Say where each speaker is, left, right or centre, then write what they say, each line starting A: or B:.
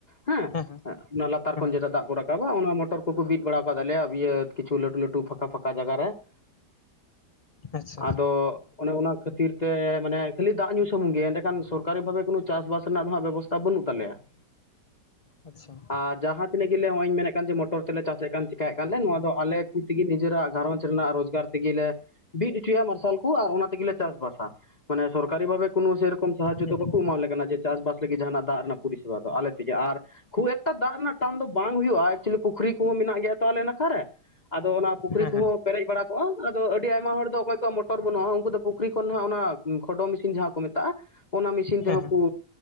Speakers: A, on the left; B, on the left.
A: ᱦᱮᱸᱦ ᱾
B: ᱦᱮᱸ
A: ᱚᱱᱟ ᱞᱟᱛᱟᱨ
B: ᱦᱮᱸ
A: ᱠᱷᱚᱱ
B: ᱦᱮᱸ
A: ᱡᱮᱴᱟ ᱫᱟᱜ ᱠᱚ ᱨᱟᱠᱟᱵᱟ ᱚᱱᱟ ᱢᱚᱴᱚᱨ ᱠᱚᱠᱚ ᱵᱤᱫ ᱵᱟᱲᱟ ᱠᱟᱜ ᱞᱮᱭᱟ ᱤᱭᱟᱹ ᱠᱤᱪᱷᱩ ᱞᱟᱹᱴᱩ ᱞᱟᱹᱴᱩ ᱯᱷᱟᱸᱠᱟ ᱯᱷᱟᱸᱠᱟ ᱡᱟᱭᱜᱟ ᱨᱮ ᱾
B: ᱟᱪᱪᱷᱟ
A: ᱟᱫᱚᱜ ᱾ ᱚᱱᱮ ᱚᱱᱟ ᱠᱷᱟᱹᱛᱤᱨ ᱛᱮ ᱢᱟᱱᱮ ᱠᱷᱟᱹᱞᱤ ᱫᱟᱜ ᱧᱩ ᱥᱩᱢᱩᱝ ᱜᱮ ᱮᱸᱰᱮ ᱠᱷᱟᱱ ᱥᱚᱨᱠᱟᱨᱤ ᱵᱷᱟᱵᱮ ᱠᱳᱱᱳ ᱪᱟᱥᱵᱟᱥ ᱨᱮᱱᱟᱜ ᱫᱚ ᱦᱟᱸᱜ ᱵᱮᱵᱚᱥ ᱵᱟᱹᱱᱩᱜ ᱛᱟᱞᱮᱭᱟ, ᱾
B: ᱟᱪ-ᱪᱷᱟ ᱾
A: ᱟᱨ ᱡᱟᱦᱟᱸ ᱛᱤᱱᱟᱹᱜ ᱜᱮᱞᱮ ᱦᱚᱜ-ᱚᱭᱤᱧ ᱢᱮᱱᱮᱫ ᱠᱟᱱ ᱡᱮ ᱢᱚᱴᱚᱨ ᱛᱮᱞᱮ ᱪᱟᱥᱮᱫ ᱠᱟᱱ ᱪᱮᱠᱟᱹᱭᱮᱫ ᱠᱟᱱ ᱞᱮ ᱱᱚᱣᱟ ᱫᱚ ᱟᱞᱮ ᱛᱤᱜᱤ ᱱᱤᱡᱮᱨᱟᱜ ᱜᱷᱟᱨᱚᱸᱡᱽ ᱨᱮᱱᱟᱜ ᱨᱳᱡᱽᱜᱟᱨ ᱛᱮᱜᱮ ᱞᱮ ᱵᱤᱫ ᱦᱚᱪᱚᱭᱟ ᱢᱟᱨᱥᱟᱞ ᱠᱚ ᱟᱨ ᱚᱱᱟ ᱛᱮᱜᱮᱞᱮ ᱪᱟᱥᱵᱟᱥᱟ ᱢᱟᱱᱮ ᱥᱚᱨᱠᱟᱨᱤ ᱵᱷᱟᱵᱮ ᱠᱳᱱᱳ ᱥᱮᱭᱨᱚᱠᱚᱢ ᱟᱨ ᱡᱚᱛᱚ
B: ᱦᱮᱸ ᱦᱮᱸ
A: ᱵᱟᱠᱚ ᱮᱢᱟᱞᱮ ᱠᱟᱱᱟ ᱡᱮ ᱪᱟᱥᱵᱟᱥ ᱞᱟᱹᱜᱤᱫ ᱡᱟᱦᱟᱱᱟᱜ ᱫᱟᱜ ᱨᱮᱱᱟᱜ ᱯᱚᱨᱤᱥᱮᱵᱟ ᱫᱚ ᱟᱞᱮ ᱛᱮᱜᱮ ᱟᱨ ᱠᱷᱩᱵ ᱮᱠᱴᱟ ᱫᱟᱜ ᱨᱮᱱᱟᱜ ᱴᱟᱱ ᱫᱚ ᱵᱟᱝ ᱦᱩᱭᱩᱜᱼᱟ, ᱮᱠᱪᱩᱭᱮᱞᱤ ᱯᱩᱠᱷᱨᱤ ᱠᱚᱦᱚᱸ ᱢᱮᱱᱟᱜ ᱜᱮᱭᱟ ᱛᱚ ᱟᱞᱮ ᱱᱟᱠᱷᱟ ᱨᱮ ᱟᱫᱚ ᱚᱱᱟ ᱯᱩᱠᱷᱨᱤ
B: ᱦᱮᱸ
A: ᱠᱚᱦᱚᱸ ᱯᱮᱨᱮᱡ ᱵᱟᱲᱟ ᱠᱚ-ᱟ ᱟᱫᱚ ᱟᱹᱰᱤ ᱟᱭᱢᱟ ᱦᱚᱲ ᱫᱚ ᱚᱠᱚᱭ ᱠᱚᱣᱟᱜ ᱢᱚᱴᱚᱨ ᱵᱟᱹᱱᱩᱜᱼᱟ ᱩᱱᱠᱩ ᱫᱚ ᱯᱩᱠᱷᱨᱤ ᱠᱷᱚᱱᱜᱮ ᱦᱟᱸᱜ ᱚᱱᱟ ᱠᱷᱚᱰᱚ ᱢᱮᱥᱤᱱ ᱡᱟᱦᱟᱸ ᱠᱚ ᱢᱮᱛᱟᱜᱼᱟ ᱚᱱᱟ ᱢᱮᱥᱤᱱ
B: ᱦᱮᱸ
A: ᱛᱮᱦᱚᱸ ᱠᱚ